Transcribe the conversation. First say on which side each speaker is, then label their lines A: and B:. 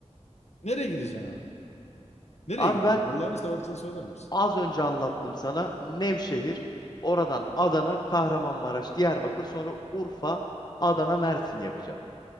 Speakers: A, on the left; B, on the left.
A: Nereye gideceksin abi? Nereye
B: Abi
A: gideceksin?
B: ben
A: Allah'ını seversen söyler misin?
B: Az önce anlattım sana Nevşehir, oradan Adana, Kahramanmaraş, Diyarbakır, sonra Urfa, Adana, Mersin yapacağım.